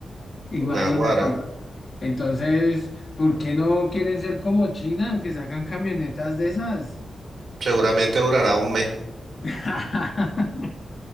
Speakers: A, on the left; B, on the right.
A: imagínate.
B: Naguará,
A: Entonces, ¿por qué no quieren ser como China, que sacan camionetas de esas?
B: seguramente durará un mes.
A: <laughs>